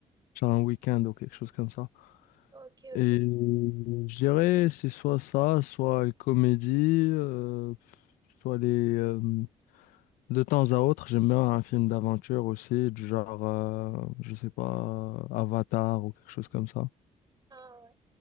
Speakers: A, on the left (about 80°); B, on the right (about 30°).
A: sur un week-end ou quelque chose comme ça.
B: ok,
A: Et
B: ok.
A: je dirais, c'est soit ça, soit les comédies, euh, soit les... euh, de temps à autre, j'aime bien un film d'aventure aussi, du genre, euh, je sais pas, Avatar ou quelque chose comme ça.
B: Ah ouais.